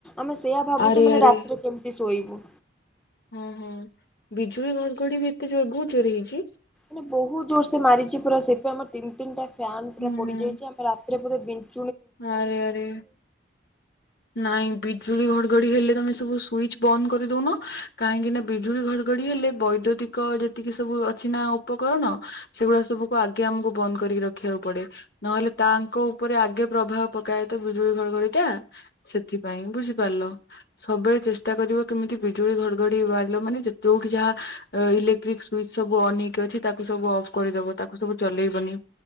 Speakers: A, in the centre; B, on the left.
A: ଆମେ ସେଆ ଭାବୁଛୁ
B: ଆରେ
A: ମାନେ
B: ଆରେ
A: ରାତିରେ କେମିତି ଶୋଇବୁ?
B: ହଁ ହଁ ବିଜୁଳି ଘଡଘଡି ବି ଏତେ ଜୋର ବହୁତ ଜୋରରେ ହେଇଚି।
A: ମାନେ ବହୁତ ଜୋର ସେ ମାରିଛି ପୁରା ସେଥିପାଇଁ ଆମର ତିନି ତିନିଟା ଫାନ ପୁରା
B: ହୁଁ
A: ପୋଡିଯାଇଛି
B: ହୁଁ
A: ଆମ <unintelligible>
B: ଆରେ ଆରେ ନାଇଁ ବି ବିଜୁଳି ଘଡ଼ଘଡ଼ି ହେଲେ ସବୁ ସୁଇଚ ବନ୍ଦ କରିଦଉନ କାହିଁକି ନା ବିଜୁ ଘଘ ହେଲେ ବୈଦୁ ଯେତିକି ସବୁ ଅଛି ନା ଉପକରଣ ସେଗୁଡା ସବୁକୁ ଆଗେ ଆମକୁ ବନ୍ଦ କରିକି ରଖିବାକୁ ପଡେ। ନହେଲେ ତାଙ୍କ ଉପରେ ଆଗେ ପ୍ରଭାବ ପକାଏ ତ ବିଜୁଳି ଘଡ଼ଘଡି ଟା ସେଥିପାଇଁ ବୁଝିପାରିଲ ସବୁବେଳେ ଚେଷ୍ଟା କରି କେମିତି ବିଜୁଳି ଘଡଘଡି ୱାରଲ ମାନେ ଯେ ଯୋଉଠି ଯାହା ଇଲେକ୍ଟ୍ରି ସ୍ଵିଚ ସବୁ ଅନ୍ ହେଇକି ଅଛି ତା ତାକୁ ସବୁ ଅଫ୍ କରିଦବ ତାକୁ ସବୁ ଚଲେଇବନି